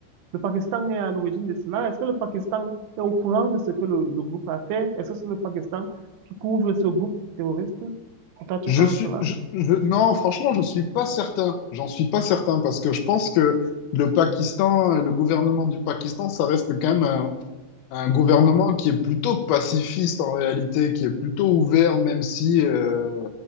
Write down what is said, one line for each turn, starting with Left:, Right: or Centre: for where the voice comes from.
Right: le Pakistan est à l'origine de cela? Est-ce que le Pakistan est au courant de ce que le, le groupe a fait? Est-ce que c'est le Pakistan qui couvre ce groupe terroriste? Toi, tu
Left: Je
Right: penses
Left: suis,
Right: cela?
Left: je- je- non, franchement, je suis pas certain. J'en suis pas certain parce que je pense que le Pakistan, euh, le gouvernement du Pakistan, ça reste quand même un gouvernement qui est plutôt pacifiste en réalité, qui est plutôt ouvert, même si, euh,